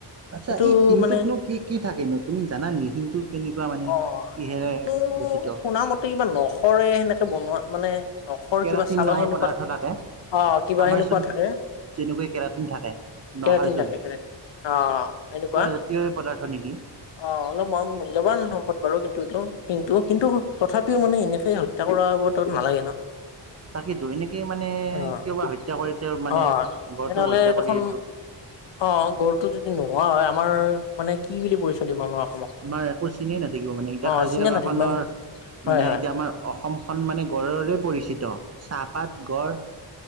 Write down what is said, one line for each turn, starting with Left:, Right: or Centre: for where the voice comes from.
Right: আচ্ছা,
Left: সেইটো
Right: এই শিংটোতনো
Left: মানে
Right: কি কি থাকেনো তুমি জানা নেকি? শিংটো কেনেকুৱা মানে
Left: অ
Right: কিহেৰে
Left: কিন্তু
Right: গঠিত
Left: শুনা মতে কিবা নখৰে সেনেকে বনোৱা মানে নখৰ
Right: কেৰাটিন
Left: কিবা চালৰ
Right: নামৰ
Left: সেনেকুৱা
Right: পদাৰ্থ থাকে
Left: অ কিবা
Right: আমাৰ
Left: সেনেকুৱা
Right: চুলিত
Left: থাকে
Right: যেনেকৈ কেৰাটিন থাকে নহাৰ
Left: কেৰেটেন
Right: চুলিত
Left: থাকে কেৰেট অ তেনেকুৱা
Right: জাতীয় পদাৰ্থ নেকি
Left: অ অল ম মূল্যবান সম্পদ বাৰু কিন্তু এইটো কিন্তু কিন্তু তথাপিও মানে এনেকে হত্যা কৰা বৰ্ত নালাগে ন? <inaudible>
Right: তাকে তো, এনেকে মানে
Left: অ',
Right: কিয় বা হত্যা কৰি তেওঁ মানে
Left: অ',
Right: গঁড়টো
Left: তেনেহ'লে
Right: হত্যা
Left: দেখোন
Right: কৰি এটো
Left: অ, গঁড়টো যদি নোহোৱা হয় আমাৰ মানে কি বুলি পৰিচয় দিম আমাৰ অসমক
Right: আমাৰ একো চিনেই নাথাকিব মানে এতিয়া
Left: অ',
Right: কাজিৰঙা
Left: চিনে নাথাকিম
Right: খনৰ
Left: আমি। হয়,
Right: মানে
Left: হয়।
Right: এতিয়া আমাৰ অসমখন মানে গঁড়ৰে পৰিচিত৷ চাহপাত, গড়,